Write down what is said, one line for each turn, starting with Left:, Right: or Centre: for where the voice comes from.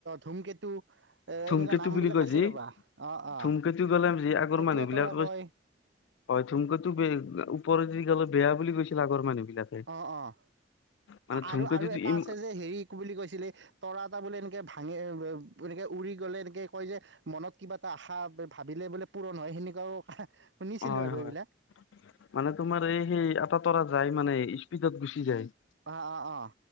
Right: ধুমকেতু এ।
Left: থুমকেতু
Right: এনেকুৱা নাম
Left: বুলি
Right: বিলাক
Left: কয়
Right: আছে
Left: যি
Right: ৰ'বা অ অ
Left: ধুমকেতু গলাম যে আগৰ
Right: পপীয়া
Left: মানুহবিলাক।
Right: তৰা কয়
Left: হয় থুমক তো ব ওপৰৰত যদি গ'লে বেয়া বুলি কৈছিল আগৰ মানুহ। বিলাকে
Right: অঁ অঁ।
Left: মানে ধুমকেতুটো
Right: আৰু আৰু এটা
Left: ইম
Right: আছে যে হেৰি বুলি কৈছিলে তৰা এটা বোলে এনেকে ভাঙে এনেকে। উৰি গ'লে এনেকে। কয় যে মনত কিবা এটা আশা ভাবিলে বোলে পূৰণ হয় সেনেকুৱাও শুনিছিলো
Left: হয়
Right: আৰু
Left: হয়
Right: এইবিলাক।
Left: মানে তোমাৰ এই সেই এটা তৰা যায় মানে স্পীডত গুচি যায়।
Right: অ অ অ